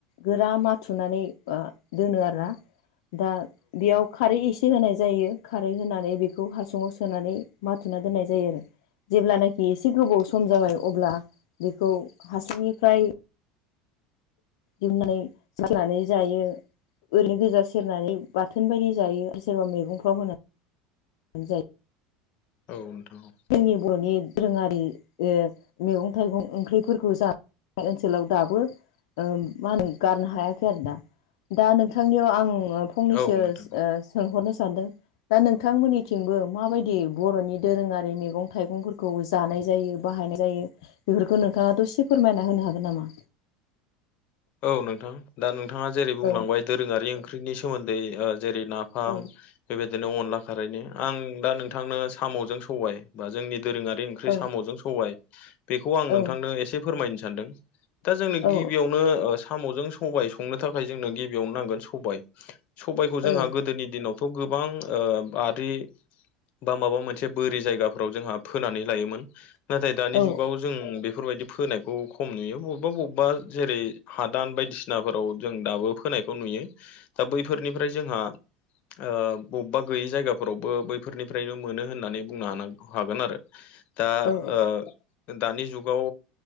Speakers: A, on the left; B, on the left.
A: गोरा माथुनानै आ-दोनो आरोना।
B: <unintelligible>
A: दा बेयाव खारै एसे होनाय जायो खारै होनानै बे बेखौ हासुवाव सोनानै माथुना दोननाय जायो आरो। जेब्लानाखि एसे गोबाव सम जाबाय अब्ला बेखौ हासुंनिफ्राय। दिहुननानै साखिनानै जायो। ओरैनो गोजा सेरनानै बाथोन बायदि जायो आरो सोरबा मैगंफ्राव होना। नै जायो।
B: औ नोंथां
A: जोंनि बर'नि दोरोङारि ओ-मैगं थाइगं ओंख्रिफोरखौ जानाय ओनसोलाव दाबो। ओ मा होनो गारनो हायाखै आरो दा नोंथांनियाव आं फंनैसो
B: औ नोंथां
A: ओ सोंहरनो सानदों दा नोंथांमोननिथिंबो माबायदि बर'नि दोरोङारि मैगं थाइगंफोरखौ जानाय जायो बाहायनाय जायो? बेफोरखौ नोंथाङा दसे फोरमायना होनो हागोन नामा?
B: औ नोंथां दा नोंथाङा जेरै बुंलांबाय
A: औ
B: दोरोङारि ओंख्रिनि सोमोन्दै ओ जेरै ना आं
A: औ
B: बेबायदिनो अनला खारै आं दा नोंथांनो साम'जों सबाय बा जोंनि दोरोङारि बे ओंख्रि
A: औ
B: साम'जों सबाय बेखौ आं
A: औ
B: नोंथांनो एसे फोरमायनो सानदों ‌। दा जोंनो
A: औ
B: गिबियावनो ओ साम'जों सबाय संनो थाखाय जोंनो गिबियावनो नांगोन सबाय सबायखौ
A: औ
B: जोंहा गोदोनि दिनावथ' गोबां बारि बा माबा मोनसे बोरि जायगाफोराव जोंहा फोनानै लायोमोन। नाथाय दानि
A: औ
B: जुगाव जों बेफोरबायदि फोनायखौ खम नुयो बबेबा बबेबा जेरै हादान बायदिसिनाफोराव जों दाबो फोनायखौ नुयो। दा बैफोरनिफ्राय जोंहा ओ बबेबा गैयि जायगाफोरावबो बैफोरनिफ्रायनो मोनो होननानै बुंनो हा हागोन आरो। <unintelligible> दा
A: औ
B: ओ दानि जुगाव